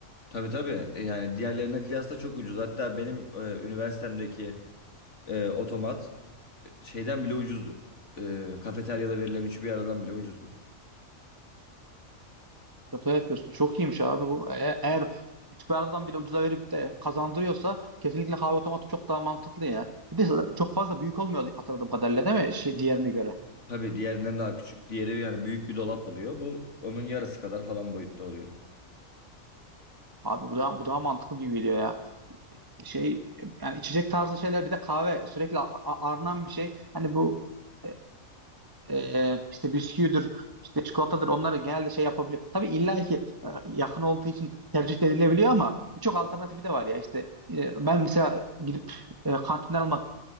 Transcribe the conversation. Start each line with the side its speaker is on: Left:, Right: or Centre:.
Left: Tabii tabii. E, Yani diğerlerine kıyasla çok ucuz. Hatta benim e, üniversitemdeki e, otomat şeyden bile ucuzdu. Ee, kafeteryada verilen üçü bir aradan bile ucuzdu.
Right: Yok öyle yapıyorsun. Çok iyiymiş abi bu. E- Eğer Üsküdar'dan bile ucuza verip de kazandırıyorsa kesinlikle kahve otomatı çok daha mantıklı ya. Bir de çok fazla büyük olmuyor hatırladığım kadarıyla değil mi? Şey, diğerine göre.
Left: Tabii diğerinden daha küçük. Diğeri yani büyük bir dolap oluyor. Bu onun yarısı kadar falan boyutta oluyor.
Right: Abi bu daha, bu daha mantıklı gibi geliyor ya. şey yani içecek tarzı şeyler bir de kahve sürekli a- a- aranan bir şey. Hani bu e, e, işte bisküvidir, işte çikolatadır onları genelde şey yapabiliyor. Tabii illa ki e, yakın olduğu için tercih edilebiliyor ama birçok alternatifi de var ya. İşte e, ben mesela gidip e, kantinden almak